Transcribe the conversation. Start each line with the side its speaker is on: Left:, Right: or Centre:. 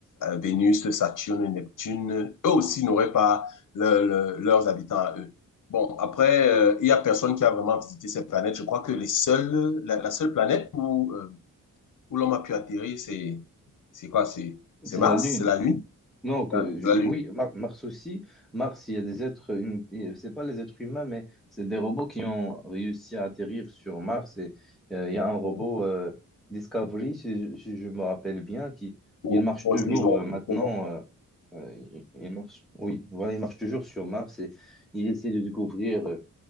Left: Vénus, Saturne, Neptune, eux aussi n'auraient pas le- le- leurs habitants à eux. Bon, après, euh, il y a personne qui a vraiment visité ces planètes. Je crois que les seules, la, la seule planète où euh, où l'homme a pu atterrir, c'est c'est quoi? C'est c'est
Centre: C'est
Left: Mars?
Centre: la Lune.
Left: C'est la Lune?
Centre: Non, que
Left: Ah,
Centre: je-
Left: C'est la Lune.
Centre: oui, Mar- Mars aussi. Mars, il y a des êtres, hum- et c'est pas les êtres humains, mais c'est des robots qui ont réussi à atterrir sur Mars. Et euh, il y a un robot
Left: Ou-
Centre: euh, Discovery, si, si je me rappelle bien, qui
Left: ou-
Centre: il marche
Left: Moi
Centre: toujours
Left: aussi, je m'en
Centre: euh, maintenant.
Left: fous.
Centre: euh, euh, il, il marche, oui, voilà, il marche toujours sur Mars et il essaie de découvrir euh,